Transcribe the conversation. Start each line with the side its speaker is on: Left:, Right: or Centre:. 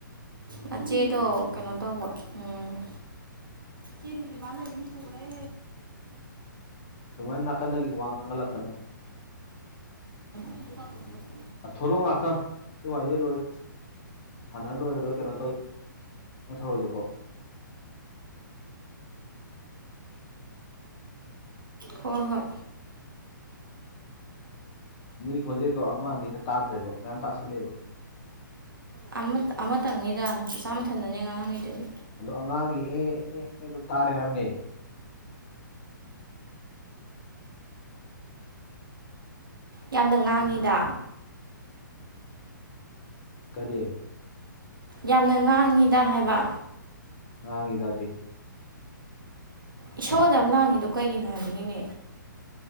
Right: ꯃꯆꯦꯗꯣ ꯀꯩꯅꯣ ꯇꯧꯕ ꯎꯝ ꯁꯤꯔꯤꯗꯤꯃ ꯂꯩꯅꯤ ꯄꯨꯔꯦ
Left: ꯑꯗꯨꯃꯥꯏꯅ ꯅꯥꯀꯟꯗꯒꯤ ꯋꯥ ꯉꯥꯡꯍꯜꯂꯛꯀꯅꯣ
Right: ꯌ
Left: ꯑ ꯊꯣꯛꯂꯛꯑꯣ ꯉꯥꯛꯇ ꯁꯤ ꯋꯥꯔꯤꯖꯦ ꯂꯣꯏ ꯁꯥꯟꯅ ꯂꯣꯏꯔꯒ ꯀꯩꯅꯣ ꯇꯧ ꯅꯊꯧꯔꯣꯏꯒꯦꯀꯣ <inaudible>
Right: ꯍꯣꯏ ꯍꯣꯏ
Left: ꯃꯤ ꯈꯣꯟꯖꯦꯜꯗꯣ ꯑꯃ ꯑꯅꯤꯗꯥ ꯇꯥꯗ꯭ꯔꯦꯕ ꯃꯌꯥꯝ ꯇꯥꯁꯜꯂꯦꯕ
Right: ꯑꯃꯠ ꯑꯃꯇꯪꯅꯤꯗ ꯆꯥꯆꯥ ꯃꯊꯟꯗꯅꯦ ꯉꯥꯡꯉꯝꯃꯤꯗꯨꯗꯤ
Left: ꯑꯗꯣ ꯑꯉꯥꯡꯒꯤ ꯑꯦ ꯑꯦ ꯑꯦ ꯑꯗꯨ ꯇꯥꯔꯦ ꯍꯥꯏꯕꯅꯦ
Right: ꯌꯥꯝꯅ ꯉꯥꯡꯉꯤꯗ
Left: ꯀꯔꯤ
Right: ꯌꯥꯝꯅ ꯉꯥꯡꯉꯤꯗ ꯍꯥꯏꯕ
Left: ꯉꯥꯡꯉꯤꯗꯥꯗꯤ
Right: ꯏꯁꯧ ꯑꯗꯨꯛꯌꯥꯝ ꯂꯥꯡꯉꯤꯗꯣ ꯀꯩꯒꯤꯅꯣ ꯍꯥꯏꯕꯅꯤꯅꯦ